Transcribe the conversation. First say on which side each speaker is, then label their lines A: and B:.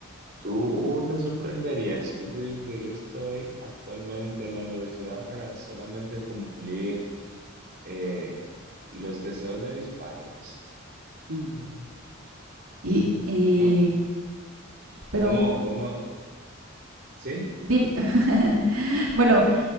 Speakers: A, on the right; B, on the right.
A: Tú te sorprenderías si yo te digo que yo estoy actualmente en la universidad para solamente cumplir eh, los deseos de mis padres.
B: Mm. Y, y,
A: ¿Cómo,
B: pero
A: cómo, cómo? ¿Sí?
B: Dim- <laughs> bueno,